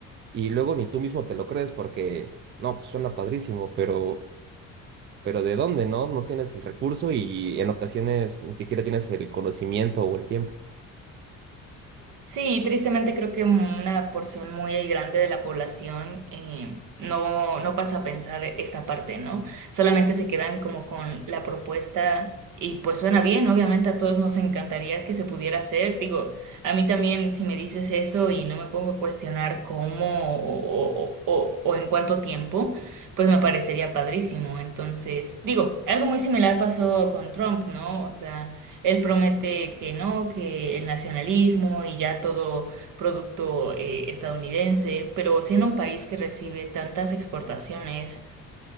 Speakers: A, on the right (about 35°); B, on the right (about 70°).
A: Y luego ni tú mismo te lo crees porque, no, pues suena padrísimo, pero, pero ¿de dónde, no? No tienes el recurso y en ocasiones ni siquiera tienes el conocimiento o el tiempo.
B: Sí, tristemente creo que una porción muy grande de la población eh, no, no pasa a pensar esta parte, ¿no? Solamente se quedan como con la propuesta y pues suena bien, obviamente a todos nos encantaría que se pudiera hacer. Digo, a mí también si me dices eso y no me pongo a cuestionar cómo o, o, o, o en cuánto tiempo, pues me parecería padrísimo. Entonces, digo, algo muy similar pasó con Trump, ¿no? O sea... Él promete que no, que el nacionalismo y ya todo producto eh, estadounidense, pero siendo un país que recibe tantas exportaciones,